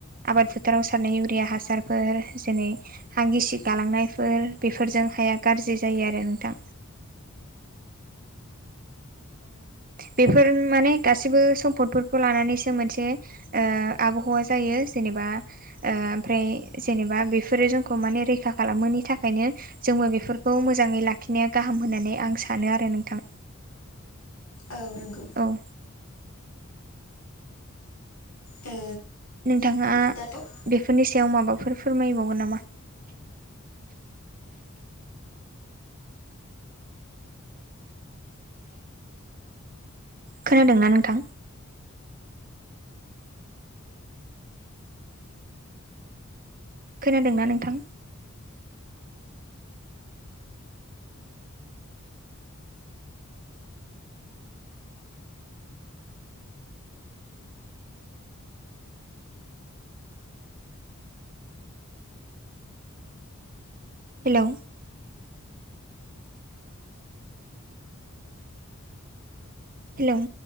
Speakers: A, on the right (about 40°); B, on the left (about 70°).
A: आबाद फोथाराव सारनाय इउरिया हासार फोर जेनै हा गिसि गालांनायफोर बेफोरजों हाया गाज्रि जायो आरो नोंथां बेफोर माने गासिबो सम्फदफोरखौ लानानैसो मोनसे आबहावा जायो जेनेबा ओमफ्राय जेनेबा बेफोरो जोंखौ माने रैखा खालामोनि थाखायनो जोङबो बेफोरखौ मोजाङै लाखि आखिनाया गाहाम होननानै आं सानो आरो नोंथां
B: औ नंगौ
A: ओं
B: ओ
A: नोंथांङा
B: दाथ'
A: बेफोरनि सायाव माबाफोर फोरमायबावगोन नामा खोनादोंना नोंथां खोनादोंना नोंथां हेलौ हेलौ